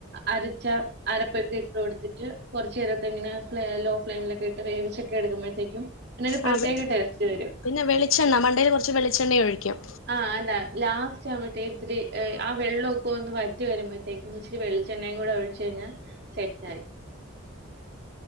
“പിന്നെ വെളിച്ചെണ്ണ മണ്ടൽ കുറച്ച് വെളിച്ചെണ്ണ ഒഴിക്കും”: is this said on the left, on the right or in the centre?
Left